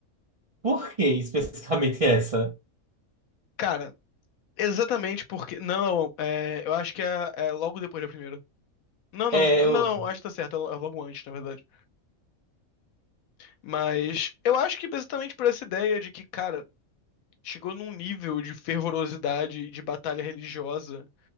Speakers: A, on the right; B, on the left.
A: Por que especificamente essa?
B: Cara, exatamente porque. Não, é, eu acho que é, é logo depois da primeira. Não, não,
A: É,
B: não,
A: eu.
B: não, acho que tá certo, é lo- é logo antes, na verdade. Mas eu acho que exatamente por essa ideia de que, cara, chegou num nível de fervorosidade, de batalha religiosa